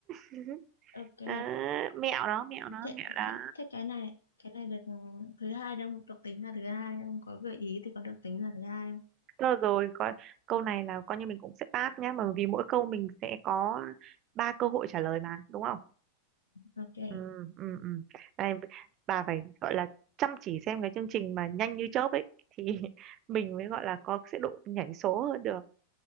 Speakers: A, on the right; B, on the left.
A: <laughs>
B: ok
A: À, mẹo đó mẹo đó
B: thế,
A: mẹo đó
B: thế, thế cái này cái này được thứ hai đâu được tính là thứ hai không có gợi ý thì có được tính là thứ hai không
A: rồi rồi coi câu này là coi như mình cũng sẽ pass nhá bởi vì mỗi câu mình sẽ có ba cơ hội trả lời mà đúng không
B: ok
A: ừ ừ ừ này bà phải gọi là chăm chỉ xem cái chương trình mà nhanh như chớp ấy thì <laughs> mình mới gọi là có sẽ độ nhảy số hơn được